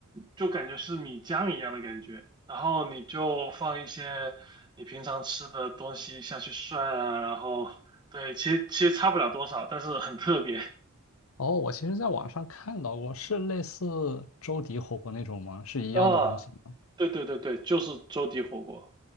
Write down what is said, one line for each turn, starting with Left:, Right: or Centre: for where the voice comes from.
Right: 就感觉是米浆一样的感觉。然后你就放一些你平常吃的东西下去涮啊，然后对，其实其实差不了多少，但是很特别
Left: 哦，我其实在网上看到过，是类似周底火锅那种吗？是一样的东西吗？
Right: 啊。对对对对，就是粥底火锅。